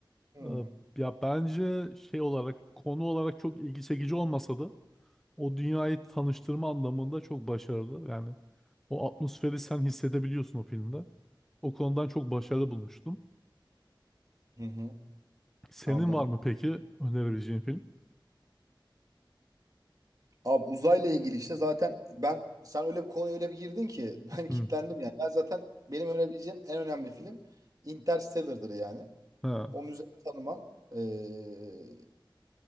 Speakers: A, on the right; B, in the centre.
A: Hmm.
B: Ee, ya bence şey olarak konu olarak çok ilgi çekici olmasa da o dünyayı tanıştırma anlamında çok başarılı. Yani o atmosferi sen hissedebiliyorsun o filmde. O konudan çok başarılı bulmuştum.
A: Hı hı.
B: Senin
A: Anladım.
B: var mı peki önerebileceğin film?
A: Abi uzayla ilgili işte zaten ben sen öyle bir konuya öyle bir girdin ki <laughs> ben
B: <laughs> Hı.
A: kitlendim yani. Ben zaten benim önerebileceğim en önemli film Interstellar'dır yani.
B: Ha.
A: Onun üzerine tanımam. Ee,